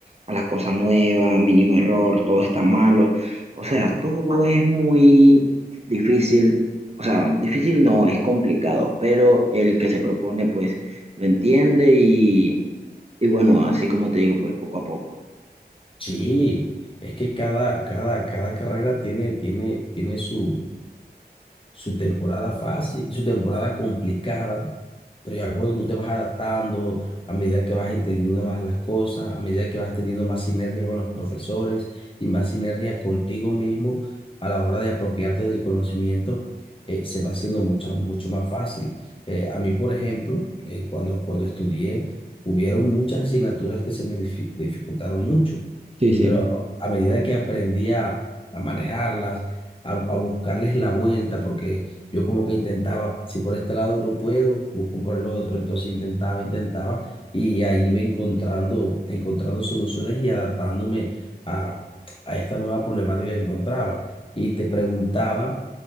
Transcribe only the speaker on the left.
Sí, es que cada, cada, cada carrera tiene, tiene, tiene su, su temporada fácil, y su temporada complicada, pero ya cuando tú te vas adaptando, a medida que vas entendiendo más las cosas, a medida que vas teniendo más sinergia con los profesores y más sinergia contigo mismo a la hora de apropiarte del conocimiento, eh, se va haciendo mucho, mucho más fácil. Eh, a mí, por ejemplo, eh, cuando, cuando estudié, hubieron muchas asignaturas que se me difi- dificultaron mucho
pero a medida que aprendí a, a manejarlas, a, a buscarles la vuelta, porque yo como que intentaba, si por este lado no puedo, busco por el otro, entonces intentaba, intentaba, y ahí iba encontrando, encontrando soluciones y adaptándome a, a esta nueva problemática que encontraba. Y te preguntaba,